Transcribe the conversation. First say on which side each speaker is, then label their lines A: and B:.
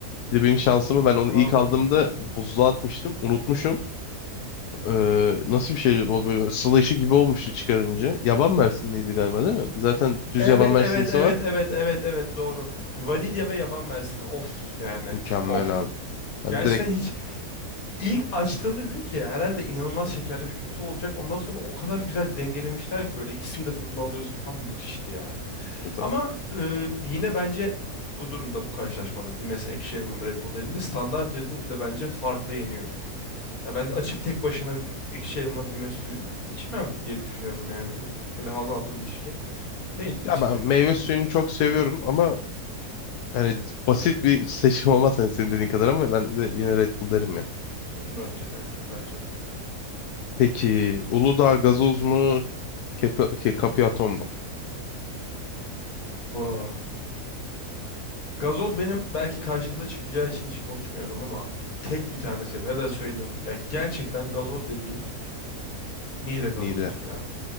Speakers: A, on the left (about 85°); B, on the left (about 65°).
A: bir de benim şansımı
B: İnanılmazdı.
A: ben onu ilk aldığımda buzluğa atmıştım. Unutmuşum. Ee, nasıl bir şey bu böyle sıla işi gibi olmuştu çıkarınca. Yaban mersinliydi galiba değil mi? Zaten düz
B: Evet
A: yaban mersinlisi
B: evet evet
A: var.
B: evet evet evet doğru. Vanilya ve yaban mersini. Of yani.
A: Mükemmel
B: Of.
A: abi. Ben
B: Gerçekten
A: direkt
B: hiç ilk açtığımda dedim ki herhalde inanılmaz şekerli ve kötü olacak. Ondan sonra o kadar güzel dengelemişler ki böyle ikisini de tadını alıyorsun falan müthişti ya.
A: e, tamam.
B: Ama e, yine bence bu durumda bu karşılaşmada Dimes ekşi elma Red Bull dediğinde standart Red Bull bile bence farklı yeniyor. Ya ben açıp tek başına ekşi elma Dimes suyu içmem diye düşünüyorum yani. Çok böyle haz aldığım bir içki değil
A: Ya
B: içecek.
A: ben meyve suyunu çok seviyorum ama Yani basit bir seçim olmaz hani senin dediğin kadar ama ben de yine Red Bull derim ya.
B: Hmm, Bence de ya. Bence de.
A: Peki Uludağ gazoz mu? Kepi, şey, Kapiaton mu?
B: Vah. Gazoz benim belki karşımıza çıkacağı için hiç konuşmuyordum ama tek bir tane sevdim. Ya da söyleyeyim. Ya gerçekten gazoz dediğin Niğde gazozdur
A: Nide.
B: ya.